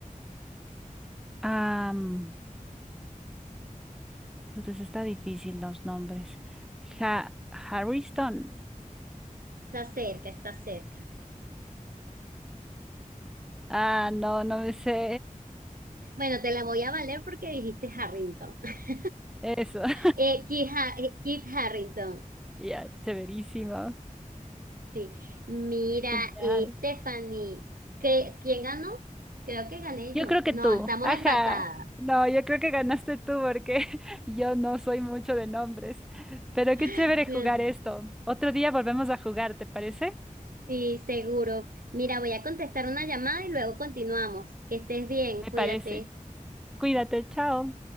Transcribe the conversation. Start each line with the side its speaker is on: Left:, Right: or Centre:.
Centre: Ah, mm, entonces está difícil los nombres. Ja- Harrison,
Right: Está cerca, está cerca.
Centre: Ah, no, no me sé
Right: Bueno, te la voy a valer porque dijiste Harrington. <laughs>
Centre: eso. <laughs>
Right: Eh, Kit, Ha- eh, Kit Harrington,
Centre: Ya, chéverísimo,
Right: sí. Mira,
Centre: Genial.
Right: eh, Stephanie, ¿qué- ¿quién ganó? Creo que gané
Centre: Yo
Right: yo.
Centre: creo
Right: No,
Centre: que tú.
Right: estamos
Centre: Ajá.
Right: empatadas.
Centre: No, yo creo que ganaste tú porque <laughs> yo no soy mucho de nombres. Pero qué
Right: <laughs>
Centre: chévere jugar esto. Otro día volvemos a jugar, ¿te parece?
Right: Sí, seguro. Mira, voy a contestar una llamada y luego continuamos. Que estés bien,
Centre: Me
Right: cuídate.
Centre: parece. Cuídate, chao.